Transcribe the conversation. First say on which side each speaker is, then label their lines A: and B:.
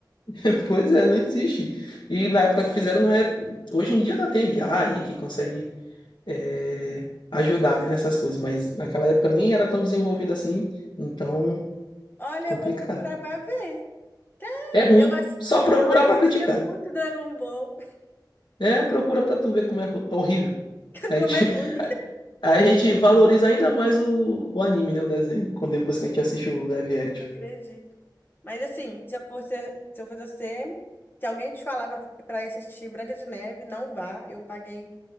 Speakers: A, on the left; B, on the left.
A: <laughs> Pois é, não existe. E na época que fizeram não é, hoje em dia ainda tem IA aí que consegue é, ajudar, né, nessas coisas, mas naquela época nem era tão desenvolvido assim, então
B: Olha,
A: complicado.
B: eu vou procurar pra ver.
A: É ruim.
B: Eu, ass-
A: Só procurar
B: eu assistia
A: para criticar.
B: muito Dragon Ball. <laughs>
A: É, procura para tu ver como é horrível. A
B: Como
A: gente,
B: é
A: <laughs>
B: ruim.
A: a gente valoriza ainda mais o, o anime, né? O desenho, quando depois que a gente assiste o live action.
B: Eu não acredito. Mas assim, se eu fosse, se eu fosse você, se alguém te falar pra pra ir assistir Branca de Neve, não vá. Eu paguei